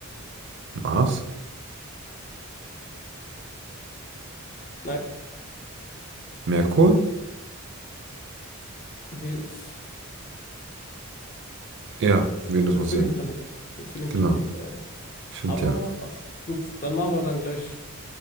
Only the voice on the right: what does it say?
Mars?
Merkur?
Ja,
Venus
macht
Sinn.
Genau.
Stimmt
ja.